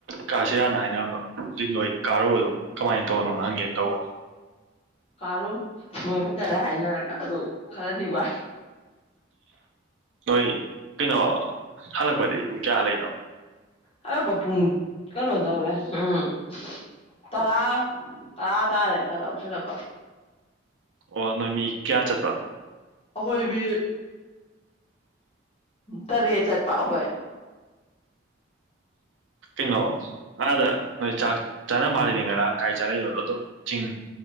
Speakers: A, on the right (about 70°); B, on the left (about 30°).
A: ꯀꯥꯁꯤꯔꯥꯟꯅ ꯍꯥꯏꯅꯔꯝꯕ ꯑꯗꯨꯏ ꯅꯣꯏ ꯀꯥꯔꯨꯕꯗꯣ ꯀꯃꯥꯏꯅ ꯇꯧꯕꯅꯣ ꯍꯪꯒꯦꯅ ꯇꯧꯕꯅꯤ
B: ꯀꯣ ꯐꯖꯅ ꯍꯥꯏꯅꯔꯒ ꯑꯗꯨ ꯈꯔꯗꯤ ꯋꯥ
A: ꯅꯣꯏ ꯀꯩꯅꯣ ꯍꯜꯂꯛꯄꯗꯤ ꯄꯨꯡ ꯀꯌꯥ ꯍꯜꯂꯛꯏꯅꯣ
B: ꯍꯜꯂꯛꯄ ꯄꯨꯡ ꯀꯩꯅꯣ ꯇꯧꯔꯦ ꯎꯝ ꯇꯔꯥ ꯇꯔꯥ ꯇꯥꯔꯦ ꯍꯜꯂꯛꯄ
A: ꯑꯣ ꯅꯃꯤ ꯀꯌꯥ ꯆꯠꯇ
B: ꯑꯩꯈꯣꯏꯕꯤ ꯇꯔꯦꯠ ꯆꯠꯄ ꯑꯩꯈꯣꯏ
A: ꯀꯩꯅꯣ ꯉꯥꯗ ꯅꯣꯏ ꯆꯥꯛ ꯆꯥꯅ ꯃꯥꯜꯂꯤꯅꯦ ꯉꯔꯥꯡ ꯀꯥꯏ ꯆꯥꯅꯩꯅꯣꯗꯣ ꯑꯗꯨꯝ ꯆꯤꯡ